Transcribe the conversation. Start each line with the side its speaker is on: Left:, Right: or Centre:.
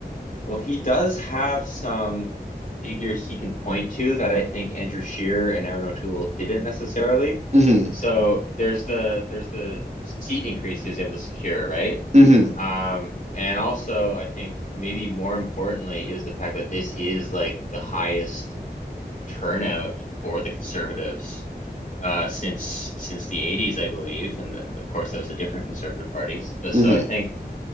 Left: Well, he does have some figures he can point to that I think Andrew Shearer and Aaron O'Toole didn't necessarily.
Right: hmm
Left: So there's the there's the seat increase he was able to secure, right?
Right: hmm
Left: Um, and also I think maybe more importantly is the fact that this is like the highest turnout for the conservatives uh, since since the 80s, I believe. And of course that was a different conservative party. But
Right: hmm
Left: so I think.